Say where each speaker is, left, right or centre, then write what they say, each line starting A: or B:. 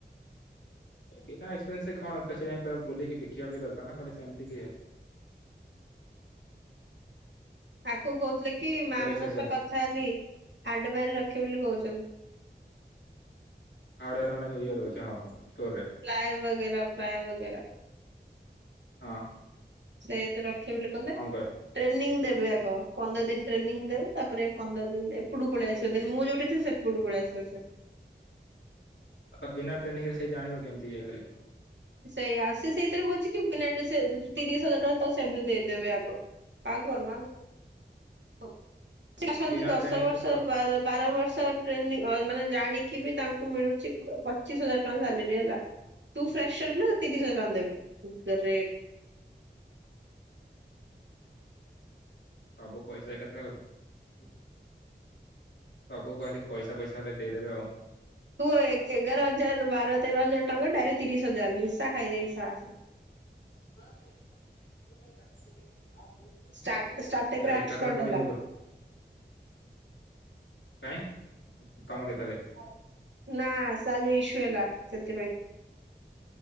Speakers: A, on the left; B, on the right.
A: ବିନା ଏକ୍ସପେରିଏନ୍ସ କଣ ତ ସେ ଯାଇ ବୁଲିକି ବିକିବା ବି ଦରକାର ନା ଖାଲି ସେମିତି କିଏ। <inaudible>
B: ଆକୁ କହୁଥିଲେ କି ମାମଙ୍କ
A: ସେ
B: ସହ କଥା ହେଲି ହାଡୱାରେ ରଖିବ ବୋଲି କହୁଛି।
A: ହାର୍ଡୱାର ମାନେ ଯୋଉ ଇଏ ରହୁଛି। ହଁ। ଷ୍ଟୋରରେ
B: ଫ୍ଲାଏ ବଗେରା ଫ୍ଲାରେ ବଗେରା
A: ହଁ।
B: ସେତ ରଖିବ ବୋଲି କହିଲେ
A: କଣ କହ
B: ଟ୍ରେନିଂ ଦେବ ଯାକ ପନ୍ଦର ଦିନ ଟ୍ରେନିଂ ଦେବେ ତାପରେ ପନ୍ଦର ଦିନ ଏପଟୁ ପଳେଇ ଆସିବ ଦେନ ମୁଁ ଯୋଉଠି ଅଛି ସେପଟୁ କୁ ପଳେଇ ଆସିବ। <unintelligible>
A: ଆଉ ବିନା ଟ୍ରେନିଂ ରେ ସେ ଜାଣିବ କେମିତି ଇଏ କରିବ?
B: ସେଇଆ ସିଏ ସେଇଥିରେ କହୁଛି କି ତିରିଶ ହଜାର ଟଙ୍କା ତାକୁ ସେମିତି ଦେଇଦେବେ ଆଗ। ଆଉ କଣ ନହେଲେ ହଉ। ଅଛନ୍ତି
A: ବିନା
B: ଦଶ
A: ଟ୍ରେନିଂ
B: ବର୍ଷ
A: ତୁ
B: ବାର ବର୍ଷ ଟ୍ରେନି ମାନେ ଜାଣିକି ବି ତାଙ୍କୁ ଙ୍କୁ ମିଳୁଚି ପଚିଶ ହଜାର ଟଙ୍କା ସାଲେରୀ ହେଲା। ତୁ ଫ୍ରେସର ପିଲା ତତେ ତିରିଶ ହଜାର ଟଙ୍କା ଦେବେ। ଗ୍ରେଟ୍
A: ସବୁ ପଇସା ଏକାଥର ସବୁ କହିଲେ କି ପଇସା ପଇସା ହେଲେ ଦେଇଦେବେ ଆଉ।
B: ତୁ ଏଗାର ହଜାର ରୁ ବାର ତେର ହଜାର ଟଙ୍କା ଡାଇରେକ୍ଟ ତିରିଶ ହଜାର ନିଶା ଖାଇଦେଇଛି ସାସ
A: <unintelligible>
B: ଷ୍ଟାର୍ଟ ଷ୍ଟାର୍ଟରେ
A: ଏକାଥର
B: ଆବସେଣ୍ଟ
A: କଚ
B: ହେଲା
A: ମୁ କ କାଇଁ। ତମ ଦେଖା ଦେଖି।
B: ନା ତାର ଯୋଉ ଇସୁ ହେଲା ସେଥିପାଇଁ